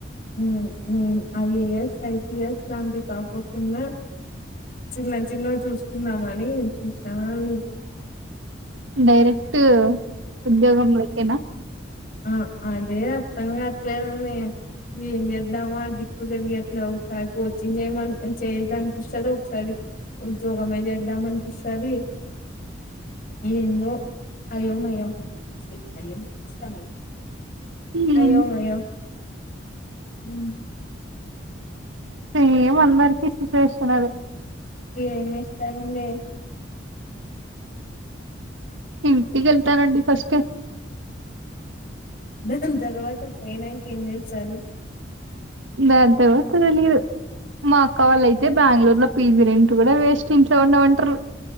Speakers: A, on the left; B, on the right.
A: మ్మ్ మ్మ్మ్మ్ I A S I P S ఇలాంది కాకుకున్న చిన్న చిన్నవి చూసుకుందామని చూసాన అండి
B: డైరెక్ట్ ఉద్యోగంలకేనా
A: ఆ అదే అర్థంగా కావట్లేదని ఏం చేద్దామ ఆ దిక్కు తరిగట్లే ఒకసారి కోచింగ్ చేయమని చేయద్ద అనిపిస్తుంది ఒకసారి ఉద్యోగమే చేద్దామ అనిపిస్తుంది ఏందో అయోమయోపిస్తా
B: ఉమ్,
A: అయ్యోమయో ఉమ్
B: మేం అందరి కిస్త్ ప్రేశునాదే
A: ఎం చేస్తా నుండే
B: ఇంటికి వెళ్తానండి ఫస్ట్
A: దాని తర్వాత పోయినాక ఏం చేస్తారు
B: దాని తర్వాత తెలియదు మా అక్క వాళ్ళ అయితే బెంగళూరు లో పీజీ రెట్ కూడా వేస్ట్ ఇంట్లో ఉండమంటారు